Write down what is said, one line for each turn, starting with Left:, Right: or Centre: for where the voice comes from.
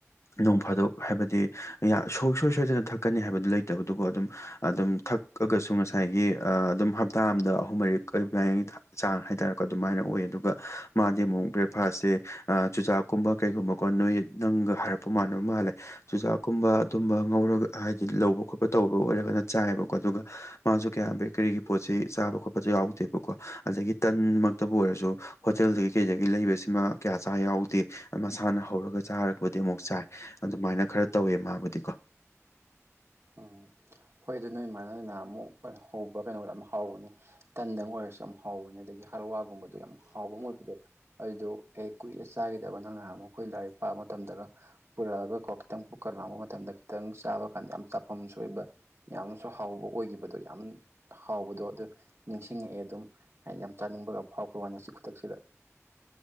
Left: ꯅꯣꯡ ꯐꯥꯗꯣꯛ ꯍꯥꯏꯕꯗꯤ ꯌꯥ ꯁꯨꯡꯁꯣꯏ ꯁꯣꯏꯗꯅ ꯊꯛꯀꯅꯤ ꯍꯥꯏꯕꯗꯨ ꯂꯩꯇꯕꯗꯨꯒ ꯑꯗꯨꯝ ꯑꯗꯨꯝ ꯊꯛꯑꯒꯁꯨ ꯉꯁꯥꯏꯒꯤ ꯑꯥ ꯑꯗꯨꯝ ꯍꯞꯇꯥ ꯑꯝꯗ ꯑꯍꯨꯝ ꯃꯔꯤꯛ <unintelligible> ꯆꯥꯡ ꯍꯥꯏꯇꯥꯔꯦꯀꯣ ꯑꯗꯨꯃꯥꯏꯅ ꯑꯣꯏ ꯑꯗꯨꯒ ꯃꯥꯗꯤ ꯑꯃꯨꯛ ꯕ꯭ꯔꯦꯛꯐꯥꯁꯁꯦ ꯆꯨꯖꯥꯛꯀꯨꯝꯕ ꯀꯩꯒꯨꯝꯕꯀꯣ ꯅꯣꯏ ꯅꯪꯒ ꯍꯥꯏꯔꯛꯄ ꯃꯥꯟꯕ ꯃꯥꯜꯂꯦ ꯆꯨꯖꯥꯛꯀꯨꯝꯕ ꯑꯗꯨꯝꯕ ꯉꯧꯔꯒ ꯍꯥꯏꯗꯤ ꯂꯧꯕ ꯈꯣꯠꯄ ꯇꯧꯕ ꯑꯣꯏꯔꯒꯅ ꯆꯥꯏꯑꯦꯕꯀꯣ ꯑꯗꯨꯒ ꯃꯥꯁꯨ ꯀꯌꯥ ꯕꯦꯀꯔꯤꯒꯤ ꯄꯣꯠꯁꯤ ꯆꯥꯕ ꯈꯣꯠꯄꯁꯨ ꯌꯥꯎꯗꯦꯕꯀꯣ ꯑꯗꯒꯤ ꯇꯟꯃꯛꯇꯕꯨ ꯑꯣꯏꯔꯁꯨ ꯍꯣꯇꯦꯜꯗꯒꯤ ꯀꯩꯗꯒꯤ ꯂꯩꯕꯁꯤꯃꯥ ꯀꯌꯥ ꯆꯥ ꯌꯥꯎꯗꯦ ꯃꯁꯥꯅ ꯍꯧꯔꯒ ꯆꯥꯔꯕꯨꯗꯤ ꯑꯃꯨꯛ ꯆꯥꯏ ꯑꯗꯨꯃꯥꯏꯅ ꯈꯔ ꯇꯧꯋꯦ ꯃꯥꯕꯨꯗꯤꯀꯣ
Right: ꯎꯝ ꯍꯣꯏ ꯑꯗꯨ ꯅꯣꯏ ꯃꯥꯅ ꯅꯍꯥꯟꯃꯨꯛ ꯍꯧꯕ ꯀꯩꯅꯣꯗꯣ ꯌꯥꯝ ꯍꯥꯎꯕꯅꯤ ꯇꯟꯗꯪ ꯑꯣꯏꯔꯁꯨ ꯌꯥꯝ ꯍꯥꯎꯕꯅꯤ ꯑꯗꯒꯤ ꯍꯂꯨꯋꯥ ꯗꯨꯒꯨꯝꯕꯗꯣ ꯌꯥꯝ ꯍꯥꯎꯕ ꯑꯃ ꯑꯣꯏꯕꯗꯣ ꯑꯗꯨꯗꯣ ꯀꯨꯏꯔꯦ ꯆꯥꯒꯤꯗꯕ ꯅꯪ ꯅꯍꯥꯟꯃꯨꯛ ꯂꯥꯏꯔꯤꯛ ꯄꯥꯕ ꯃꯇꯝꯗꯒ ꯄꯨꯔꯛꯑꯒꯀꯣ ꯈꯤꯇꯪ ꯄꯨꯛꯀ ꯂꯥꯝꯕ ꯃꯇꯝꯗ ꯈꯤꯇꯪ ꯆꯥꯕ ꯀꯥꯟꯗ ꯌꯥꯝ ꯆꯐꯝꯁꯨ ꯑꯣꯏꯕ ꯌꯥꯝꯁꯨ ꯍꯥꯎꯕ ꯑꯣꯏꯒꯤꯕꯗꯣ ꯌꯥꯝ ꯍꯥꯎꯕꯗꯣ ꯑꯗꯨ ꯅꯤꯡꯁꯤꯡꯉꯛꯑꯦ ꯑꯗꯨꯝ ꯍꯥꯏꯗꯤ ꯌꯥꯝ ꯆꯥꯅꯤꯡꯕꯒ ꯐꯥꯎꯔꯛ ꯄꯋꯥꯅꯦ ꯍꯧꯖꯤꯛ ꯈꯨꯗꯛꯁꯤꯗ